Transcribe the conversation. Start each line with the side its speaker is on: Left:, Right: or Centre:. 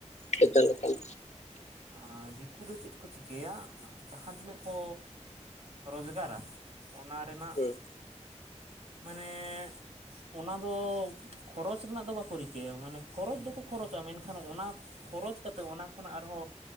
Left: ᱴᱷ ᱮᱠᱟᱞ - ᱮᱠᱟᱞ᱾
Right: ᱟᱸ ᱫᱤᱠᱩ ᱫᱚ ᱪᱮᱫ ᱠᱚ ᱪᱤᱠᱟᱹᱭᱼᱟ᱾ ᱡᱟᱦᱟᱸ ᱛᱤᱱᱟᱹᱜ ᱠᱚ ᱨᱳᱡᱽᱜᱟᱨ ᱟ᱾ ᱚᱱᱟ ᱨᱮᱱᱟᱼᱜ
Left: ᱦᱮᱸ
Right: ᱢᱟᱱᱮᱻ ᱚᱱᱟ ᱫᱚ, ᱠᱷᱚᱨᱚᱪ ᱨᱮᱱᱟ-ᱜ ᱫᱚ, ᱵᱟᱠᱚ ᱨᱤᱠᱟᱹᱭᱼᱟ᱾ ᱢᱟᱱᱮ ᱠᱷᱚᱨᱚᱪ ᱫᱚ-ᱠᱚ ᱠᱷᱚᱨᱚᱪᱟ᱾ ᱢᱮᱱᱠᱷᱟᱱ ᱚᱱᱟ ᱠᱷᱚᱨᱚᱪ ᱠᱟᱛᱮᱫ᱾ ᱚᱱᱟ ᱠᱷᱚᱱ ᱟᱨᱦᱚᱸ